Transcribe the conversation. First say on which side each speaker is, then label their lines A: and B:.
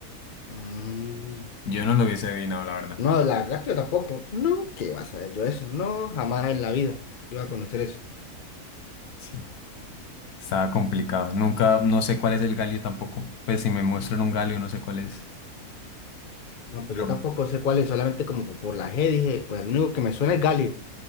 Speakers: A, on the left; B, on the left.
A: Mm,
B: Yo no lo hubiese adivinado, la verdad.
A: No, la verdad que yo tampoco. No, ¿qué vas a ver yo eso? No, jamás en la vida iba a conocer eso.
B: Sí, estaba complicado. Nunca, no sé cuál es el galio tampoco. Pues si me muestran un galio, no sé cuál es.
A: No, pues
B: Pero
A: yo tampoco sé cuál es, solamente como por la G dije, pues lo único que me suena es galio.